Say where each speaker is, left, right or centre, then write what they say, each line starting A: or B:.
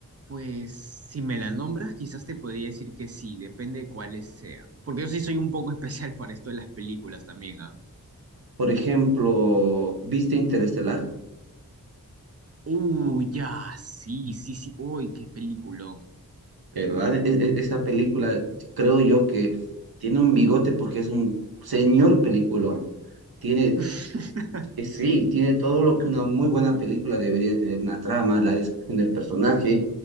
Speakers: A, on the right; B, on the right.
A: pues si me la nombras, quizás te podría decir que sí, depende de cuáles sean. Porque yo sí soy un poco <laughs> especial para esto de las películas también, ¿ah?
B: Por ejemplo, ¿viste Interestelar?
A: Uh, ya, sí, sí, sí. Uy, qué peliculón.
B: ¿verdad? E- e- Esta película, creo yo que tiene un bigote porque es un señor peliculón. Tiene,
A: <laughs>
B: eh, sí, tiene todo lo que una muy buena película debería tener, una trama, la descripción del personaje,